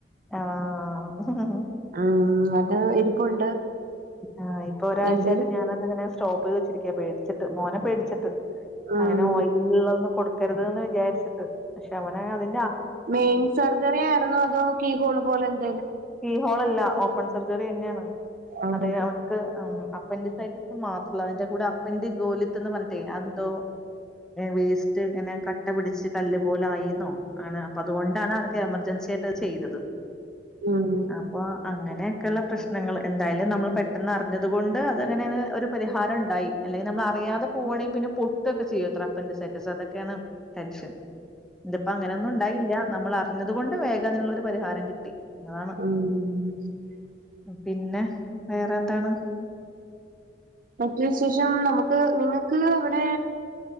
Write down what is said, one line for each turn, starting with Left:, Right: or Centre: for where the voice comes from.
Centre: ആഹ്
Right: ഉം അത് ഇരിപ്പുണ്ട്
Centre: ആഹ് ഇപ്പോ ഒരാഴ്ചായിട്ട്
Right: എന്തേലും
Centre: ഞാനതിങ്ങനെ സ്ടോപ്പ് ചെയ്തവേച്ചിരിക്കയാ പേടിച്ചി മോനെ പേടിച്ചിട്ട്
Right: ഉം
Centre: അങ്ങനെ ഓയിലുള്ളത് ഒന്ന് കൊടു കരുതുന്ന് വിചാരിച്ചിട്ട് പക്ഷെ അവനാ അതി
Right: മെയിൻ സർജറി ആയിരുന്നോ അതോ കീ ഹോളോ പോലെനിക്കോ <unintelligible>
Centre: കീഹോളല്ല ഓപ്- ഓപ്പൺ സർജറിയന്ന്യാണ്
Right: ഉം
Centre: അതെ അവൻക്ക് മ്- അപ്പന്റി സൈറ്റിസം മാത്രൊല്ല അയിന്റെ കൂടെ അപ്പന്റി സോലിത്തെന്ന് പറഞ്ഞിട്ടേ അഎന്തോ വേസ്റ്റ ഇങ്ങനെ കട്ടാ പിടിച്ചു കല്ല് പോലെ അയി എന്നോ ആണ് അപ്പൊ അതുകൊണ്ടാണ് അനക്ക് എമർ- ൻസിയാട്ടാ <unintelligible> ആ ചെയ്തത്
Right: ഉം
Centre: അപ്പൊ അങ്ങനെ ഒക്കെള്ളെ പ്രശ്നങ്ങൾ എന്തായാലും നമ്മൾ പെട്ടെന്ന് അറിഞ്ഞത കൊണ്ട് അത്ങ്ങനെ ഒരു പരിഹാരം ഉണ്ടായി അല്ലെങ്കിൽ നമ്മൾ അറിയാതെ പോകണെങ്ക പിന്നെ പൊട്ടൊക്കെ ചെയ്യോ ത്രപ്പന്റെ സെറ്റ അതൊക്കെയാണ് ടെൻഷൻ ഇതിപ്പൊ അങ്ങനൊന്നും ഉണ്ടായില്ല നമ്മൾ അറി- അറിഞ്ഞതുകൊണ്ട് വേഗം അതിനുള്ളൊരു പരിഹാരം കിട്ടി അതാണ്
Right: ആഹ
Centre: പിന്നെ വേറെ എന്താണ്
Right: മറ്റേ വിശേഷം നമുക്ക് ഇങ്ങക്ക് അവിടേ